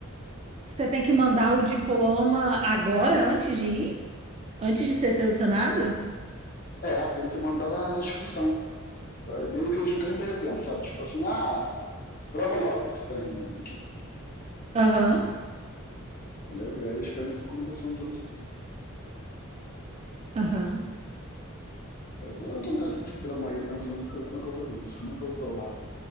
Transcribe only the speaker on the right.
você tem que mandar o diploma agora, antes de ir? Antes de ser selecionado?
Aham,
aham.